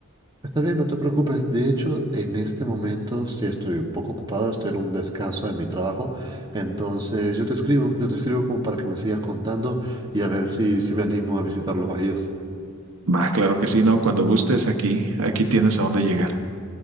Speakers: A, on the right (about 20°); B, on the right (about 70°).
A: Está bien, no te preocupes. De hecho, en este momento sí estoy un poco ocupado, estoy en un descanso de mi trabajo. Entonces yo te escribo, yo te escribo como para que me sigas contando y a ver si, si me animo a visitar los bajíos.
B: Va, claro que sí, ¿no? Cuando gustes, aquí, aquí tienes a dónde llegar.